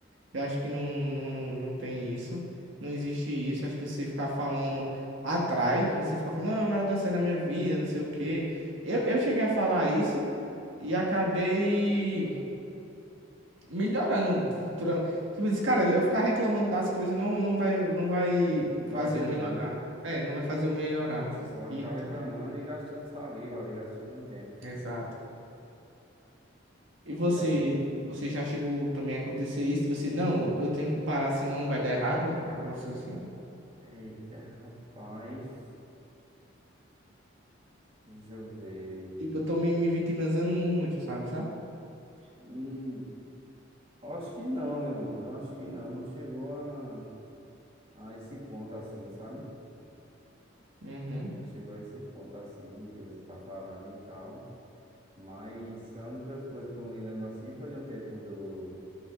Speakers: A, on the right; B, on the right.
A: Eu acho que não, não, não, não, não tem isso, não existe isso. Acho que você ficar falando atrai, você ficar falando, não, nada dá certo na minha vida, não sei o quê. Eu, eu cheguei a falar isso e acabei melhorando futuramente. Tipo, diz, cara, eu ficar reclamando das coisas não, não vai, não vai
B: Não vai
A: fazer
B: adiantar,
A: eu melhorar.
B: né?
A: É, não vai fazer eu melhorar.
B: Você só vai
A: E
B: ficar
A: tal.
B: reclamando e gastando saliva ali, gastando um tempo.
A: Exato. E você,
B: E a...
A: você já chegou também a acontecer isso? E Você, não, eu tenho que parar, senão vai dar errado. Algumas coisas assim.
B: Eita, rapaz. Deixa eu ver.
A: Tipo, eu tô me, me vitimizando muito, sabe, sabe?
B: Hum, eu acho que não, meu mano. Eu acho que não. Não chegou a, a esse ponto assim, sabe?
A: Uhum.
B: Não chegou a esse ponto assim que você tá falando e tal. Mas a única coisa que eu me lembro assim foi no tempo do.